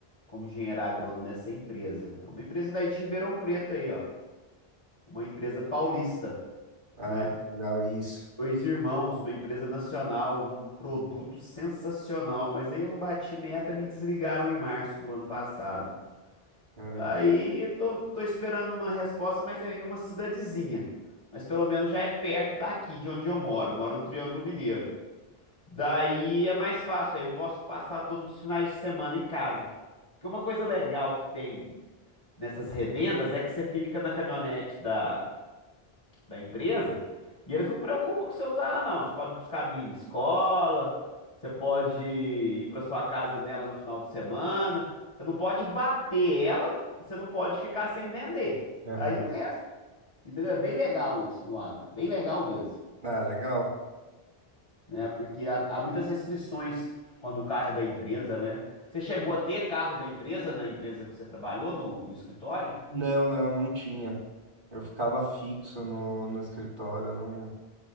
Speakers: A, on the left; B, on the right.
A: como engenheiro agrônomo nessa empresa. É uma empresa daí de Ribeirão Preto aí, ó. Uma empresa paulista,
B: Ah,
A: né?
B: legal, isso.
A: Dois irmãos, uma empresa nacional, um produto sensacional. Mas aí eu não bati meta, me desligaram em março do ano passado.
B: Caramba.
A: Aí eu tô, tô esperando uma resposta, mas é em uma cidadezinha. Mas pelo menos já é perto daqui, de onde eu moro. Eu Moro no Triângulo Mineiro. Daí é mais fácil, aí eu posso passar todos os finais de semana em casa. Porque uma coisa legal que tem nessas revendas é que você fica na caminhonete da, da empresa e eles não preocupam com você usar ela, não. Você pode buscar a menina em escola, você pode ir para sua casa nela no final de semana. Você não pode bater ela e você não pode ficar sem vender.
B: Aham.
A: Aí o resto, entendeu? É bem legal isso no agro, bem legal mesmo.
B: Ah, legal.
A: né? Porque há, há muitas restrições quando o carro é da empresa, né? Você chegou a ter carro da empresa na empresa que você trabalhou no, no escritório?
B: Não, não, não tinha. Eu ficava fixo no, no escritório, não,